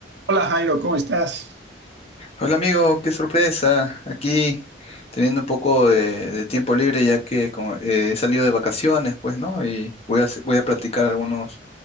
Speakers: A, on the right; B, on the left.
A: Hola Jairo, ¿cómo estás?
B: Hola amigo, qué sorpresa. Aquí teniendo un poco de, de tiempo libre ya que como, eh, he salido de vacaciones, pues, ¿no? Y voy a, hacer- voy a practicar algunos,